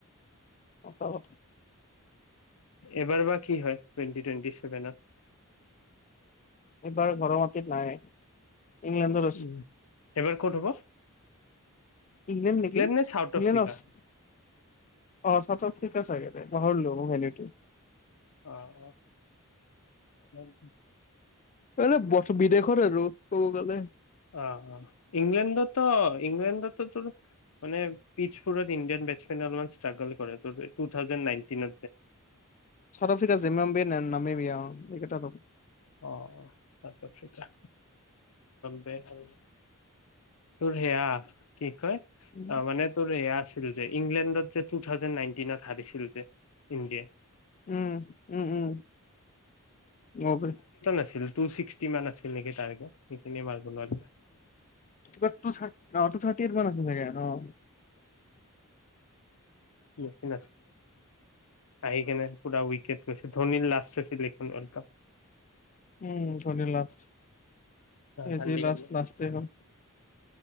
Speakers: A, on the left (about 35°); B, on the left (about 70°).
A: সচাঁ কথা।
B: এবাৰ বা কি হয় টুৱেটি টুৱেণ্টি ছেভেনত
A: এইবাৰ ঘৰৰ মাটিত নাই। ইংলেণ্ডত আছ
B: উম এবাৰ ক'ত হ'ব?
A: ইংলেণ্ড নেকি
B: নে চাউথ
A: <unintelligible>
B: আফ্ৰিকা
A: অ', চাউথ ঠিক আছোগে পাহৰলো ম মেনেউট
B: অ', অ'।
A: এনে বৰ বিদেশৰে আৰু ক'ব গ'লে।
B: অহ, অহ, ইংলেণ্ডততো ইংলেণ্ডো তোৰ মানে পিচপুৰত ইণ্ডিয়ান বেটেনলমান ষ্ট্ৰাগল কৰে ত two thousand nineteen
A: South Africa জিমাম্বিয় ন' নামিবিয়া এইকেইটা
B: অ', চাউথ আফ্ৰিকা ব তোৰ সেয়া কি হয় অ',
A: উম
B: মানে তোৰ এয়া আছে। যে ইংলেণ্ডত যে টু থাউজেড নাইনটিনত হাৰিছিল যে ইণ্ডিয়াই।
A: উম, উম, উম, বব।
B: আছিল টু চিক্সটিমান আছিল নেকি টাৰ্গেট সেইখিনিয়ে নোৱাৰিলে
A: কিবাত তু অ', তু থাৰ্টি মান আছিল চাগে অ'।
B: <unintelligible> আহিকিনে পুৰা উইকট পছে ধোনীৰ লাষ্ট আছিল সেইখন ৱৰ্ল্ড কাপ।
A: উম, ধোনীৰ লাষ্ট এ
B: কান্দি
A: যি লাষ্ট
B: কান্দি
A: লাষ্টেই হ'ল।